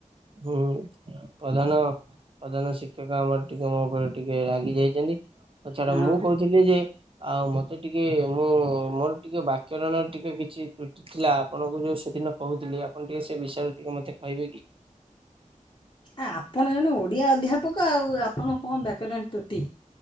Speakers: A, on the right; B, on the left.
A: ହୁଁ। ପ୍ରଧାନ ପ୍ରଧାନ ଶିକ୍ଷକ ଆମର ଟିକେ ମୋ ଉପରେ ଟିକେ ରାଗି ଯାଇଚନ୍ତି ଛାଡ,
B: ହଁ
A: ମୁଁ କହୁଥିଲି ଯେ ଆଉ ମତେ ଟିକେ ମୁଁ ମୋର ଟିକେ ବାକ୍ୟରଣରେ ଟିକେ କିଛି ତ୍ରୁଟି ଥିଲା, ଆପଣଙ୍କୁ ଯଉ ସେଦିନ କହୁଥିଲି ଆପଣ ଟିକେ ସେ ବିଷୟରେ ଟିକେ ମତେ କହିବେ କି?
B: ଆ ଆପଣ ଜଣେ ଓଡିଆ ଅଧ୍ୟାପକ ଆଉ ଆପଣ କଣ ବ୍ୟାକରଣ ତ୍ରୁଟି